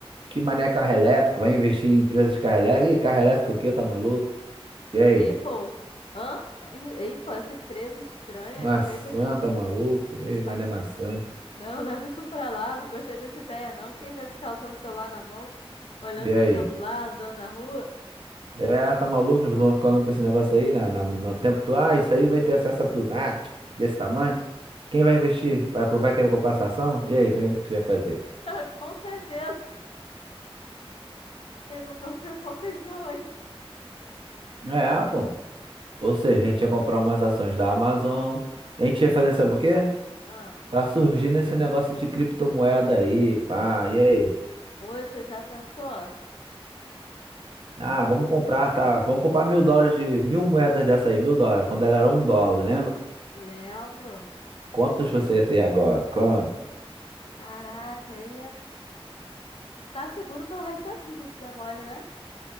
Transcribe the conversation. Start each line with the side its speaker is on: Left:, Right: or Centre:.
Right: Que mané carro elétrico? Vai investir em empresas de carro elétrico? Ih, carro elétrico o quê? Tá maluco? E aí?
Left: Ei, pô. Hã? Ei, pô, essa empresa estranha
Right: Maçã,
Left: que veio com esse...
Right: tá maluco?
Left: hum, Ih,
Right: Ih,
Left: tá...
Right: mas não é maçã.
Left: Não, <laughs> leva isso pra lá, não gostei dessa ideia não. Quem vai ficar usando o celular na mão, olhando
Right: E aí?
Left: pra celular, andando na rua?
Right: É, tá maluco? As pessoas vão ficar olhando pra esse negócio aí na, na, no tempo todo. Ah, isso aí vai ter acesso a tudo. Ah, desse tamanho. Quem vai investir? Vai, co- vai querer comprar essa ação? E aí, o que tu ia fazer?
Left: <laughs> Com certeza. E não vão ser poucas não, hein?
Right: É, pô. Ou seja, a gente ia comprar umas ações da Amazon. A gente ia fazer, sabe o quê?
Left: Ah,
Right: Tá surgindo esse negócio de criptomoeda aí, pá. E aí?
Left: poxa, já pensou?
Right: Ah, vamos comprar, tá? Vamos comprar mil dólares de mil moedas dessa aí, mil dólares, quando ela era um dólar, né?
Left: Lembro.
Right: Quantas você ia ter agora? Quanto?
Left: Caraca, ia tá seguro pelo resto da vida se der mole, né?